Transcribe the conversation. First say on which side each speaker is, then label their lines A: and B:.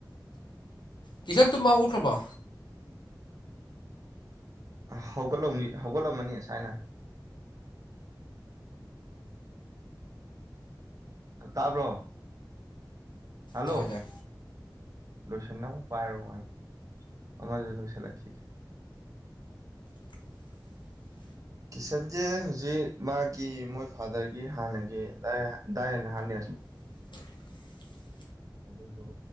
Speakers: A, on the left; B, on the right.
A: ꯀꯤꯤꯁꯟ ꯇꯨꯝꯕ ꯍꯧꯒꯠꯈ꯭ꯔꯕꯣ
B: ꯍꯧꯒꯠꯂꯝ ꯍꯧꯒꯠꯂꯝꯃꯅꯤ ꯁꯃꯥꯏꯅ ꯑ ꯇꯥꯕ꯭ꯔꯣ ꯍꯜꯂꯣ
A: ꯇꯥꯏ ꯇꯥꯏ
B: ꯂꯨꯁꯟꯅ ꯑꯃ ꯄꯥꯏꯔꯣ ꯍꯥꯏ ꯑꯃꯔ ꯁꯂꯈꯤ
A: <unintelligible>
B: ꯀꯤꯁꯟꯁꯦ ꯍꯧꯖꯤꯛ ꯃꯥꯒꯤ ꯃꯣꯏ ꯐꯥꯗꯔꯒꯤ ꯍꯥꯟꯅꯒꯤ ꯗꯥꯏꯟ ꯍꯥꯟꯅꯔ
A: <unintelligible> <inaudible>
B: ꯑꯗꯨꯗꯣ